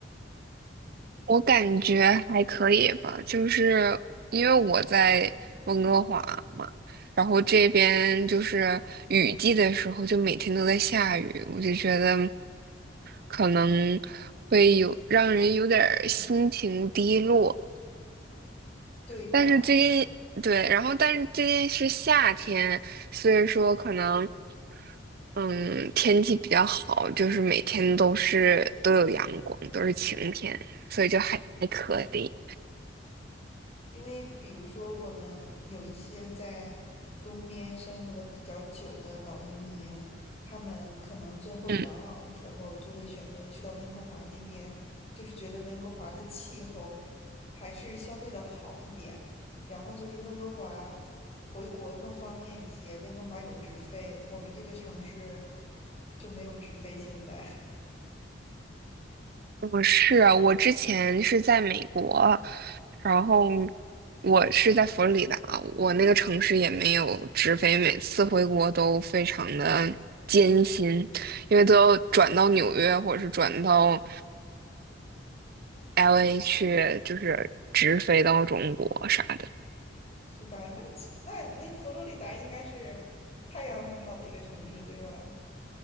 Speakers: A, on the right; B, on the left.
A: 我感觉还可以吧，就是因为我在温哥华嘛，然后这边就是雨季的时候就每天都在下雨，我就觉得可能会有让人有点儿心情低落。
B: 对吧？
A: 但是最近对，然后但是最近是夏天，所以说可能嗯天气比较好，就是每天都是都有阳光，都是晴天，所以就还还可以。
B: 因为比如说，我们有一些在东边生活了比较久的老移民，他们可能最后养老的时候就会选择去到温哥华那边，
A: 嗯，
B: 就是觉得温哥华的气候还是相对的好一点，然后就是温哥华回国更方便一些，温哥华有直飞，我们这个城市就没有直飞，现在
A: 我是啊我之前是在美国，然后我是在佛罗里达，我那个城市也没有直飞，每次回国都非常的艰辛，因为都要转到纽约或者是转到。LA 去就是直飞到中国啥的。
B: 是吧？那其那那个佛罗里达应该是太阳很好的一个城市，对吧？